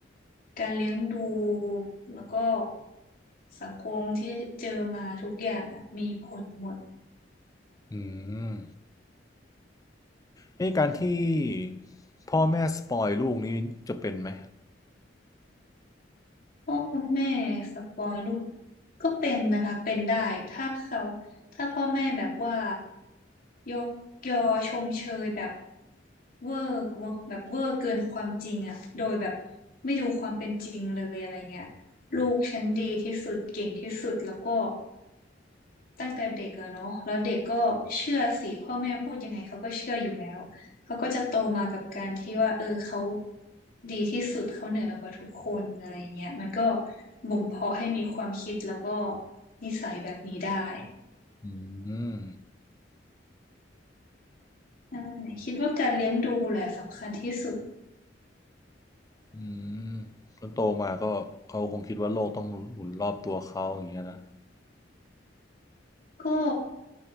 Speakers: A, on the left (about 50°); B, on the left (about 20°).
A: การเลี้ยงดูแล้วก็สังคมที่เจอมาทุกอย่างอะมีผลหมด
B: อืมไอ้การที่พ่อแม่สปอยลูกนี่จะเป็นไหม
A: พ่อคุณแม่สปอยลูกก็เป็นนะคะเป็นได้ถ้าเขาถ้าพ่อแม่แบบว่ายกยอชมเชยแบบเวอร์กว่าแบบเวอร์เกินความจริงอะโดยแบบไม่ดูความเป็นจริงเลยอะไรเงี้ยลูกฉันดีที่สุดเก่งที่สุดแล้วก็ ตั้งแต่เด็กอะเนาะแล้วเด็กก็เชื่อสิพ่อแม่พูดยังไงเขาก็เชื่ออยู่แล้วเขาก็จะโตมากับการที่ว่าเออเขาดีที่สุดเขาเหนือกว่าทุกคนอะไรอย่างเงี้ยมันก็บ่มเพาะให้มีความคิดแล้วก็นิสัยแบบนี้ได้
B: อืม
A: ใช่คิดว่าการเลี้ยงดูแหละสำคัญที่สุด
B: อืมจนโตมาก็เขาคงคิดว่าโลกต้องหมุนรอบตัวเขาอย่างเงี้ยนะ
A: ก็